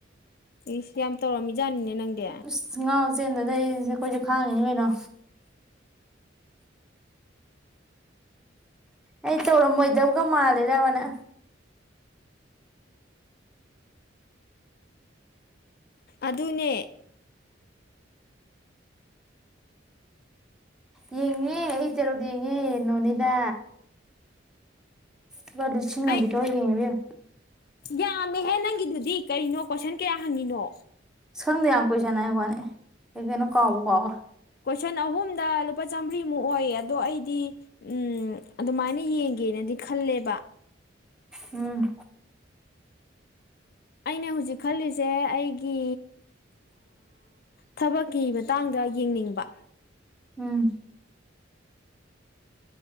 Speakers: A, on the left; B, in the centre.
A: ꯏꯁ ꯌꯥꯝ ꯇꯧꯔꯝꯃꯤꯖꯥꯠꯅꯤꯅꯦ ꯅꯪꯗꯤ
B: ꯑꯁ ꯉꯥꯎ ꯆꯦꯟꯗ ꯑꯩꯁꯦ ꯑꯩꯈꯣꯏꯁꯨ ꯈꯥꯡꯉꯤꯅꯤ ꯀꯩꯅꯣ ꯑꯩ ꯇꯧꯔꯝꯃꯣꯏꯗꯕꯒ ꯃꯥꯜꯂꯤꯔꯕ ꯅꯪ
A: ꯑꯗꯨꯅꯦ
B: ꯌꯦꯡꯉꯦ ꯑꯩ ꯇꯥꯔꫭꯛ ꯌꯦꯉꯦ ꯅꫭꯅꯤꯗ ꯂꯨꯄ ꯂꯤꯁꯤ ꯑꯃꯥ
A: ꯑꯩ
B: ꯄꯤꯊꫭꯛꯑꯒ ꯌꯦꯡꯑꯦ ꯏꯕꯦꯝꯃꯥ
A: ꯌꯥꯝꯃꯦꯍꯦ ꯅꯪꯒꯤꯗꯨꯗꯤ ꯀꯔꯤꯅꯣ ꯀꯣꯏꯁꯟ ꯀꯌꯥ ꯍꯪꯉꯤꯅꯣ
B: ꯁ ꯈꯪꯗ ꯌꯥꯝ ꯀꯨꯏꯁꯥꯅꯩ ꯋꯥꯅꯤ ꯀ ꯀꯩꯅꯣ ꯀꯥꯎꯕ ꯀꯥꯎꯒ
A: ꯀꯣꯏꯁꯟ ꯑꯍꯨꯝꯗ ꯂꯨꯄꯥ ꯆꯥꯝꯃꯔꯤꯃꯨꯛ ꯑꯣꯏꯌꯦ ꯑꯗꯣ ꯑꯩꯗꯤ ꯎꯝ ꯑꯗꯨꯃꯥꯏꯅ ꯌꯦꯡꯒꯦꯅꯗꯤ ꯈꯜꯂꯦꯕ
B: ꯎꯝ
A: ꯑꯩꯅ ꯍꯧꯖꯤꯛ ꯈꯜꯂꯤꯁꯦ ꯑꯩꯒꯤ ꯊꯕꯛꯀꯤ ꯃꯇꯥꯡꯗ ꯌꯦꯡꯅꯤꯡꯕ
B: ꯎꯝ